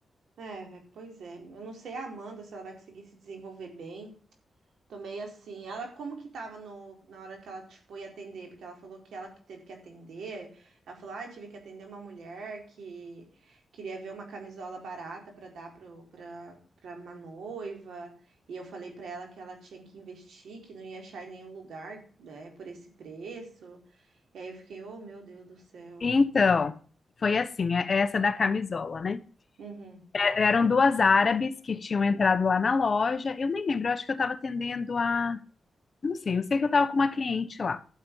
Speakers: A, on the right (about 85°); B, on the left (about 40°).
A: É, vé, pois é. Eu não sei a Amanda se ela vai conseguir se desenvolver bem. Tomei assim. Ela como que tava no, na hora que ela, tipo, ia atender? Porque ela falou que ela que teve que atender. Ela falou, ah tive que atender uma mulher que queria ver uma camisola barata para dar pro, pra, pra uma noiva. E eu falei para ela que ela tinha que investir, que não ia achar em nenhum lugar, né, por esse preço. E aí eu fiquei, oh, meu Deus do céu.
B: Então, foi assim, é- é essa da camisola, né?
A: Uhum.
B: É- Eram duas árabes que tinham entrado lá na loja. Eu nem lembro, eu acho que eu estava atendendo a, não sei, eu sei que eu estava com uma cliente lá.